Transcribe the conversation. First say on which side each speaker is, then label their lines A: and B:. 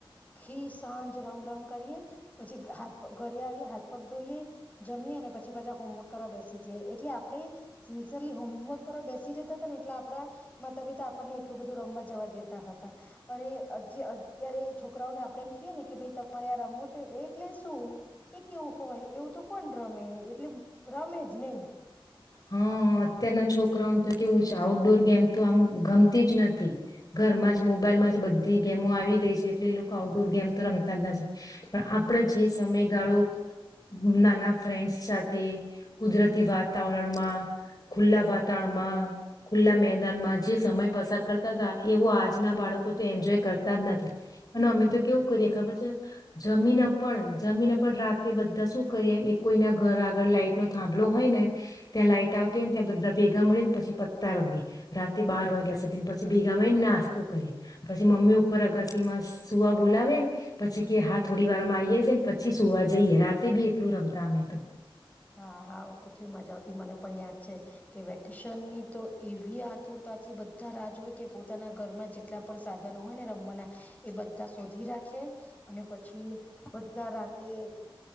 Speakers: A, on the left (about 15°); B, on the left (about 45°).
A: આખી સાંજ રમ રમ કરીએ પછી હાથગ ઘરે આવીએ હાથ પગ ધોઈએ જમીએ અને પછી પાછા હોમવર્ક કરવા બેસી જઈ એટલે આપણે સિન્સિયરલી હોમવર્ક કરવા બેસી રેતા હતા ને એટલે આપડા માતા પિતા આપણને એટલું બધું રમવા જવા દેતા હતા અરે જે અત્યારે છોકરી છોકરાઓને આપડ એમ કએ ને કે ભાઈ તમારે આ રમવું છે એટલે શું એ કેવું હોય એવું તો કોણ રમે એટલે રમે જ નહી
B: હા અત્યારના છોકરાઓનું તો કેવું છે આઉટડોર ગેમ તો આમ ગમતી જ નથી ઘરમાં જ મોબાઈલમાં જ બધી ગેમો આવી ગઈ છે એટલે એ લોકો આઉટડોર ગેમ તો રમતા જ નથી પણ આપડ જે સમયગાળો નાના ફ્રેન્ડ્સ સાથે કુદરતી વાત વાતાવરણમાં ખુલ્લા વાતાવરણમાં ખુલ્લા મેદાનમાં જે સમય પસાર કરતા હતા એવો આજના બાળકો તો એન્જોય કરતા જ નથી અને અમે તો કેવું કરીએ ખબર છે જમીન જમીન પણ રાતે બધા શું કરીએ એક કોઈના ઘર આગળ લાઈટ નો થાંભલો હોય ને ત્યાં લાઈટ આવતી હોય ને ત્યાં બધા ભેગા મળે ને પછી પત્તા રમએ રાતે બાર વાગ્યા સુધીને પછી ભેગા મળીને નાસ્તો કરીએ પછી મમ્મી ઉપર અગાસીમાં સુવા બોલાવે પછી કે હા થોડી વારમાં આવીએ છે ને પછી સુવા જઈએ રાતે બી એટલું રમતા અમે તો
A: હા હા કેટલી મજા આવતી મને પણ યાદ છે કે વેકેશનની તો એવી આતુરતાથી બધા રાજ હોય કે પોતાના ઘરમાં જેટલા પણ સાધનો હોય ને રમવાના એ બધા શોધી રાખે અને પછી બધા રાતે